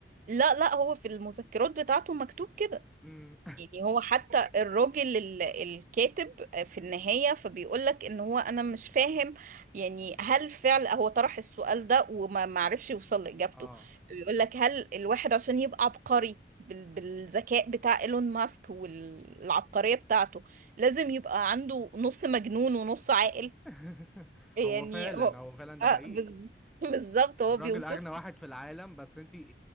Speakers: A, on the right; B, in the centre.
A: لا لا هو في المذكرات بتاعته مكتوب كده
B: امم
A: يعني هو حتى الراجل ال- الكاتب في النهاية فبيقول لك ان هو انا مش فاهم يعني هل فعل هو طرح السؤال ده وما معرفش يوصل لإجابته
B: <laughs> اه
A: بيقول لك هل الواحد عشان يبقى عبقري بال- بالذكاء بتاع ايلون ماسك والعبقرية بتاعته لازم يبقى عنده نص مجنون ونص عاقل
B: <laughs>
A: يعني
B: هو فعلا
A: هو
B: هو فعلا ده
A: آه
B: حقيقي
A: بز- <laughs> بالظبط هو
B: الراجل
A: بيوصف
B: اغنى واحد في العالم بس انت